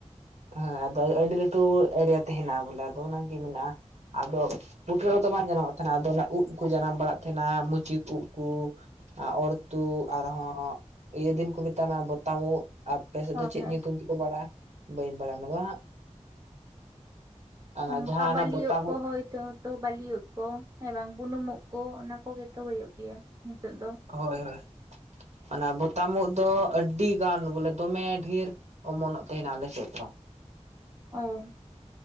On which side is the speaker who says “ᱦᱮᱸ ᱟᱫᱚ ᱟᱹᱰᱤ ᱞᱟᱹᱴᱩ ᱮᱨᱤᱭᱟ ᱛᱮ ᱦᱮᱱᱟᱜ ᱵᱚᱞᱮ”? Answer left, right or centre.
Right